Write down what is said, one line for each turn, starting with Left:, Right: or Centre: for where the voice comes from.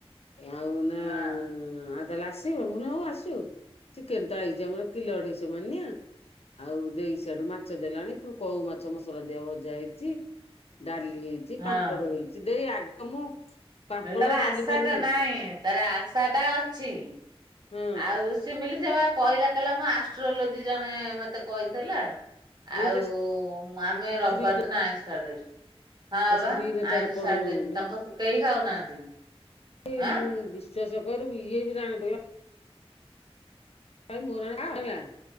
Left: ଆଉ ନା
Right: ହଁ
Left: ଆଉ ତାହାଲେ ଆସି ଆସିବ ମୁଁ କହିଲି ହଉ ଆସୁ ଚିକେନ୍ ତ ଆଇଚି ଆମର କିଲୋ ଅଢେଇସ ମାନିଆ। ଆଉ ଦେଇ ସିଆଡୁ ମାଛ ଦେଲାଣି ପୁଣି କଉ ମାଛ ମସଲା ଦିଆ ଭଜା ହେଇଚି। ଡାଲି ହେଇଚି
Right: ହଁ
Left: ପାମ୍ପଡ଼ ହେଇଚି ଦେଇ ଆଗ ମୁଁ ପାମ୍ପଡ
Right: ମୁଁ କହିଲି ତାର
Left: ଡାଲି
Right: ଆଶା
Left: ଫାଲି
Right: ଟା
Left: ମୁଁ
Right: ନାଇଁ ତାର ଆଶା ଟା ଅଛି।
Left: ହୁଁ।
Right: ଆଉ ସିମିଲି ସେ ବା କହିଲା କହିଲା ଆଷ୍ଟ୍ରୋଲୋଜି ଜଣେ ମତେ କହିଥିଲା।
Left: ଦେଇ
Right: ଆଉ
Left: ତା
Right: ଆମେ
Left: ସ୍ତ୍ରୀ
Right: ରବିବାର ଦିନ ଆଇଁଷ ଛାଡି ଦେଇଚୁ। ହଁ
Left: ତା ସ୍ତ୍ରୀରେ
Right: ପା
Left: ତାର
Right: ଆଇଁଷ
Left: ପଡୁନି
Right: ଛାଡି ଦେଇଚୁ
Left: ବୋଲି
Right: ତାଙ୍କ କେହି ଖାଉନାହାନ୍ତି।
Left: ହେ
Right: ଆଁ
Left: ମୁଁ ବିଶ୍ଵାସ କରୁ ଇଏ <unintelligible> ହେ ମେ ରାଣ <unintelligible>